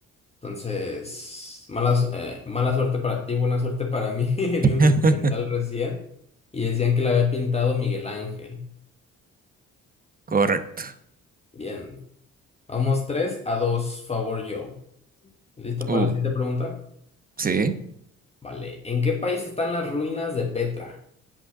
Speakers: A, on the left; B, on the right.
A: Entonces, mala, su- eh, mala suerte para ti, buena suerte para mí. <laughs> Vi un
B: <laughs>
A: documental recién y decían que la había pintado Miguel Ángel.
B: Correcto.
A: Bien. Vamos 3 a 2 favor yo. ¿Listo
B: Uh,
A: para la siguiente pregunta?
B: sí.
A: Vale. ¿En qué país están las ruinas de Petra?